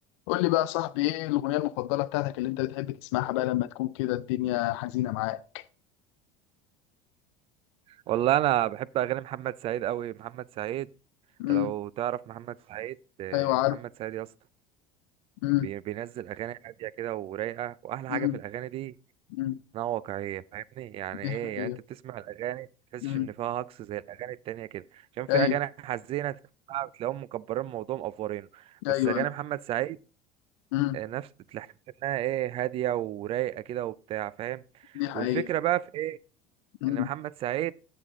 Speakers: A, on the left; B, on the right.
A: قول لي بقى يا صاحبي ايه الاغنيه المفضله بتاعتك اللي انت بتحب تسمعها بقى لما تكون كده الدنيا حزينه معاك
B: والله انا بحب اغاني محمد سعيد قوي محمد سعيد انت
A: امم
B: لو تعرف محمد سعيد آه،
A: ايوه عارف
B: محمد سعيد يا اسطى
A: امم
B: بي- بينزل اغاني هاديه كده ورايقه واحلى حاجه
A: امم
B: في الاغاني دي
A: امم
B: انها واقعيه فاهمني يعني
A: دي
B: ايه
A: حقيقه
B: يعني انت بتسمع الاغاني تحسش
A: امم
B: ان فيها هجص زي الاغاني التانية كده عشان في
A: ايوه
B: اغاني حزينه تسمعها بتلاقيهم مكبرين الموضوع مقفورينه
A: ايوه
B: بس اغاني محمد سعيد
A: امم
B: آه، نفس تحس انها ايه هاديه ورايقه كده وبتاع فاهم
A: دي حقيقه
B: والفكره بقى في ايه
A: امم
B: ان محمد سعيد